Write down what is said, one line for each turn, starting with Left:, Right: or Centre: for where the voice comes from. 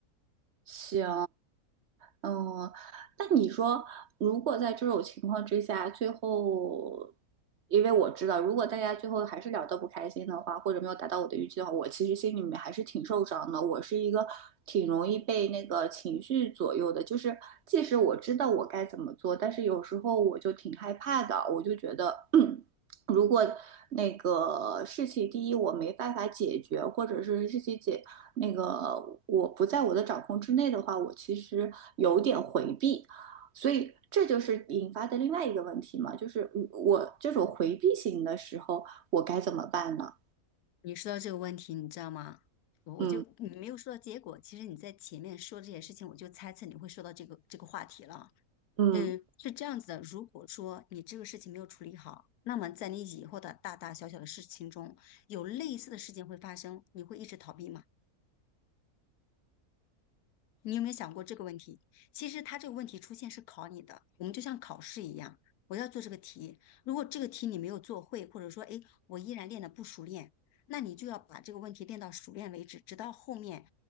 Right: 行。嗯，那你说，如果在这种情况之下，最后，因为我知道，如果大家最后还是聊得不开心的话，或者没有达到我的预期的话，我其实心里面还是挺受伤的。我是一个挺容易被那个情绪左右的，就是即使我知道我该怎么做，但是有时候我就挺害怕的，我就觉得。<clears throat> 如果那个事情第一我没办法解决，或者是事情解那个我不在我的掌控之内的话，我其实有点回避，所以这就是引发的另外一个问题嘛，就是我这种回避型的时候，我该怎么办呢？
Left: 你说到这个问题，你知道吗？我我就你没有说到结果，
Right: 嗯
Left: 其实你在前面说这些事情，我就猜测你会说到这个这个话题了。
Right: 嗯
Left: 嗯，是这样子的，如果说你这个事情没有处理好，那么在你以后的大大小小的事情中，有类似的事情会发生，你会一直逃避吗？你有没有想过这个问题？其实它这个问题出现是考你的，我们就像考试一样，我要做这个题。如果这个题你没有做会，或者说，哎，我依然练得不熟练，那你就要把这个问题练到熟练为止，直到后面